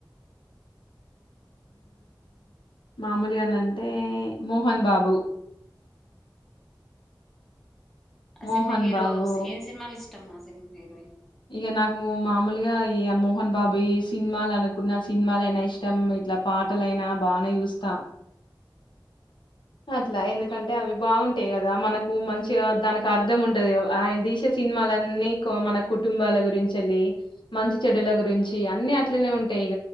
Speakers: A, in the centre; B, on the left.
A: <inaudible>
B: మామూలుగా నం టే మోహన్ బాబు
A: ఆ
B: మోహన్
A: సినిమా హీరో
B: బాబు
A: ఏం సినిమాలు ఇష్టమా సినిమా హీరోయి
B: ఇక నాకు మామూలుగా ఈ మోహన్ బాబు సినిమా అనుకున్న సినిమాల అయినా ఇష్టం ఇట్లా పాటలైనా బానే చూస్తా అట్లా ఎందుకంటే అవి బాగుంటాయి కదా మనకు మంచిగా దానికి అర్ధం ఉంటాది ఆయన తీసే సినిమాలన్నీ మన కుటుంబాల గురించి వెళ్ళి మంచి చెడుల గురించి అన్ని అట్లనే ఉంటాయి